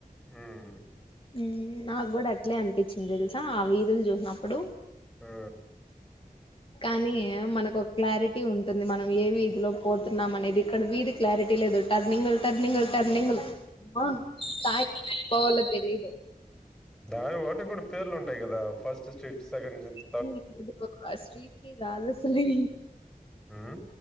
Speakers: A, in the centre; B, on the left.
A: ఉమ్
B: ఉమ్ నాకు కూడా అట్లే అనిపిచ్చింది తెలుసా ఆ వీధులు చూసినప్పుడు
A: ఆ
B: కానీ మనకు ఒక క్లారిటీ ఉన్ టుంది మనం ఏ వీధిలో పోతున్నాం అనేది ఇక్కడ వీధి క్లారిటీ లేదు టర్నింగ్ లు టర్నింగ్ లు టర్నింగ్లు ఆ సాయి కి ఎటు పోవాలో తెలీ
A: దాని వాటి కూడా పేర్లు ఉంటాయి కదా ఫస్ట్ స్ట్రీట్ సెకండ్ సెట్
B: <unintelligible> స్ట్రీకి రాదసలీ
A: ఉమ్